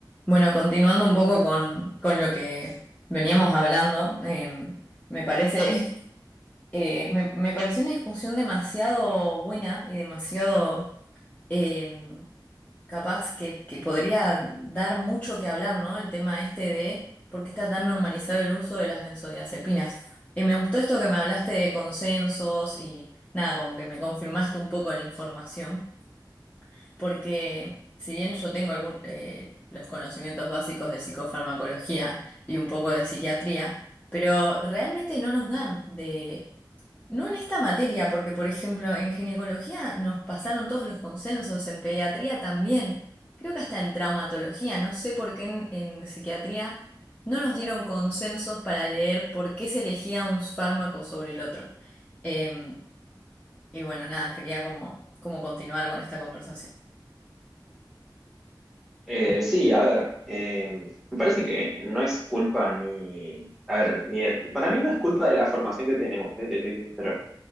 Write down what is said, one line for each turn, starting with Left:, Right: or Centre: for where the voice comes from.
Left: Bueno, continuando un poco con, con lo que veníamos hablando, eh, me parece, <laughs> eh, me, me pareció una discusión demasiado buena y demasiado eh, capaz que, que podría dar mucho que hablar, ¿no? El tema este de por qué está tan normalizado el uso de las benzodiazepinas. Y me gustó esto que me hablaste de consensos y nada, como que me confirmaste un poco la información. Porque si bien yo tengo algún, eh, los conocimientos básicos de psicofarmacología y un poco de psiquiatría, pero realmente no nos dan de... No en esta materia, porque por ejemplo en ginecología nos pasaron todos los consensos, en pediatría también, creo que hasta en traumatología, no sé por qué en, en psiquiatría no nos dieron consensos para leer por qué se elegía un fármaco sobre el otro. Em, y bueno, nada, quería como, como continuar con esta conversación.
Centre: Eh, sí, a ver, eh, me parece que no es culpa ni, a ver, ni, para mí no es culpa de la formación que tenemos, eh, te estoy sincero.